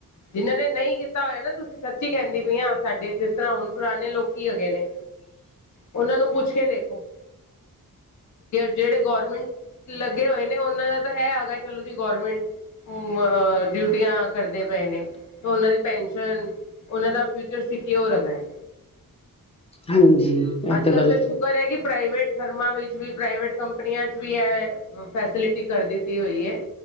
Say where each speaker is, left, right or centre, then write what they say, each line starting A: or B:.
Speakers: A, on the left (about 55°); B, on the left (about 15°).
A: ਜਿਹਨਾਂ ਨੇ ਨਹੀਂ ਕੀਤਾ ਹੋਇਆ ਨਾ ਤੁਸੀਂ ਸੱਚੀ ਕਹਿੰਦੇ ਵੀਈ ਹਾਂ ਸਾਡੇ ਜਿਸ ਤਰ੍ਹਾਂ ਹੁਣ ਪੁਰਾਣੇ ਲੋਕੀ ਹੈਗੇ ਨੇ।
B: <inaudible>
A: ਉਹਨਾਂ ਨੂੰ ਪੁੱਛ ਕੇ ਦੇਖੋ। ਜਿਹੜੇ ਗੌਰਮੈਂਟ ਲੱਗੇ ਹੋਏ ਨੇ। ਉਹਨਾਂ ਦਾ ਤਾਂ ਹੈ ਹੈਗਾ ਚਲੋ ਜੀ ਗੌਰਮੈਂਟ ਅ ਡਿਊਟੀਆਂ ਕਰਦੇ ਪਏ ਨੇ। ਉਹਨਾਂ ਦੀ ਪੈਨਸ਼ਨ ਉਹਨਾਂ ਦਾ ਫਿਊਚਰ ਸੱਕੁਰ ਹੈਗਾ ਹੈ।
B: ਹਾਂਜੀ। ਇਹ
A: ਅੱਜ ਕੱਲ੍ਹ
B: ਗੱਲ
A: ਤਾਂ ਸ਼ੁਕਰ ਹੈ ਕਿ ਪ੍ਰਾਈਵੇਟ। ਫਰਮਾ ਵਿੱਚ ਵੀ ਪ੍ਰਾਈਵੇਟ ਕੰਪਨੀਆਂ ਚ ਵੀ ਇਹ ਫੈਸਿਲਿਟੀ ਕਰ ਦਿੱਤੀ ਹੋਈ ਹੈ।